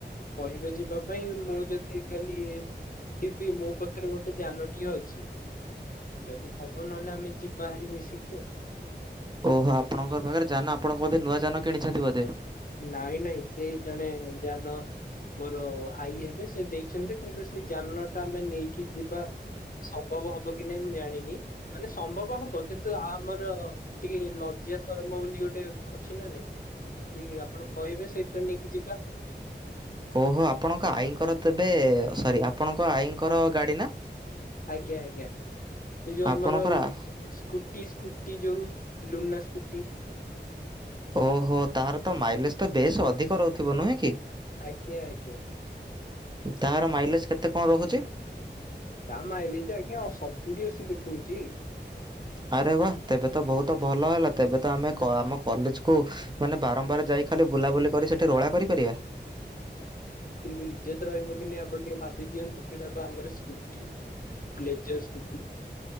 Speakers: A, on the left (about 50°); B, on the right (about 25°).
A: କହିବେ ଯିବା ପାଇଁ ମୁଁ ଯଦି। କାଲି ଟିଭିି ମୋ ପାଖରେ ଗୋଟେ ଯାନଟିଏ ଅଛି। ଯଦି ହବ ନହେଲେ ଆମେ ଯିବାହାରି ମିଶିକି ଆଉ।
B: ଓହୋ ଆପଣଙ୍କ ପାଖରେ ଯାନ ଆପଣଙ୍କ ବୋଧେ ନୂଆ ଯାନ କିଣିଛନ୍ତି ବୋଧେ।
A: ନାଇଁ ନାଇଁ ସେ ଜଣେ ଯାନ ମୋର ଆଈ ହେବେ ସେ ଦେଇକି। ଛନ୍ତି କିନ୍ତୁ ସେ ଯାନଟା ଆମେ ନେଇକି ଯିବା ସମ୍ଭବ ହବ କି ନାଇଁ ମୁଁ ଜାଣିନି। ମାନେ ସମ୍ଭବ ହବ କିନ୍ତୁ ଆ ଆମର ଟିକେ ଲଜ୍ଜା ଶରମ ବୋଲି ଗୋଟେ ଅଛି ନା ନାଇଁ। ତି ଆପଣ କହିବେ ସେଇଥି ତ୍ ନେଇକି ଯିବା।
B: ଓହୋ ଆପଣଙ୍କ ଆଈଙ୍କର ତେବେ ସରି ଆପଣଙ୍କ ଆଈଙ୍କର ଗାଡ଼ି ନା।
A: ଆଜ୍ଞା ଆଜ୍ଞା ସେ ଯୋଉ ଆମର।
B: ଆପଣଙ୍କର
A: ସ୍କୁଟି ସ୍କୁଟି ଯୋଉ ଲୁନା ସ୍କୁଟି
B: ଓହୋ ତାର ତ ମାଇଲେଜ ତ ବେଶ ଅଧିକ ରହୁଥିବ ନୁହେଁ କି।
A: ଆଜ୍ଞା ଆଜ୍ଞା।
B: ତାହାର ମାଇଲେଜ୍ କେତେ କଣ ରହୁଛି।
A: ତା ମାଇଲେ ଯେ ଆଜ୍ଞା ଆଉ ସତୁଡି ଅସି ଦେଖଉଛି।
B: ଆରେ ବା ତେବେ ତ ବହୁତ ଭଲ ହେଲା ତେବେ ତ ଆମେ ଆମ କଲେଜକୁ। ମାନେ ବାରମ୍ବାର ଯାଇ ଖାଲି ବୁଲାବୁଲି କରି ସେଠି ରୋଳା କରିପାରିବା।
A: କିନ୍ତୁ ଇଜତ ରହିବ କି ନା ଆପଣ ଟିକେ ଭାବି ଦିଅନ୍ତୁ ସେଟା ଆମର ସ୍କୁଟି ବ୍ଲେଜର ସ୍କୁଟି